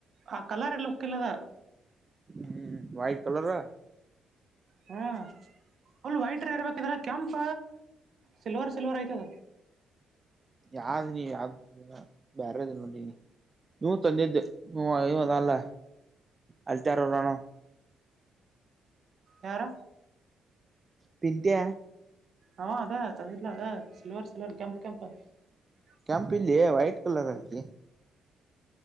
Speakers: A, on the right; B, on the right.
A: ಆ ಕಲರ್ ಎ ಲುಕ್ ಇಲ್ಲದ
B: ಹ್ಮ್ ವ್ಟ್ ಕಲರ್
A: ಹ್ಮ ಅಲ್ ವೈಟ್ರ ಇರ್ಬೇಕಿದ್ರ ಕೆಂಪ ಸಿಲ್ವರ್ ಸಿಲ್ವರ್ ಆಯ್ತದ
B: ಯ್ದ ನೀ ಯ್ದ ನೀ ಬೇರೆದು ನೋಡನಿ ನೀವು ತಂದಿದ್ದೆದ ಅಲ್ಲ ಅಲ್ಲಿತರರನ
A: ಯಾರ
B: ಪೀಂತ್ಯ
A: ಹ ಅದ ತಂದಿರ್ಲ ಅದ ಸಲ್ವರ್ ಸಲ್ವರ್ ಕೆಂಪ್ ಕೆಂಪ <unintelligible>
B: ಕೆಂಪ ಇಲ್ಲಿ ವೈಟ್ ಕಲರ್ ಆತಿ